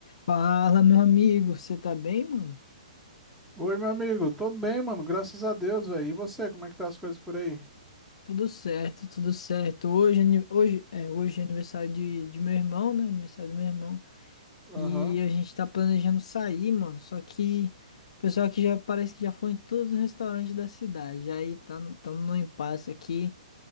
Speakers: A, on the left (about 55°); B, in the centre.
A: Fala, meu amigo, você tá bem, mano?
B: Oi, meu amigo. Tô bem, mano. Graças a Deus, velho. E você, como é que tá as coisas por aí?
A: Tudo certo, tudo certo. Hoje, é ani- hoje, é, hoje é aniversário de, de meu irmão, né? Aniversário do meu irmão.
B: Aham.
A: E a gente tá planejando sair, mano. Só que o pessoal aqui já parece que já foi em todos os restaurantes da cidade. Aí tá, estamos no impasse aqui.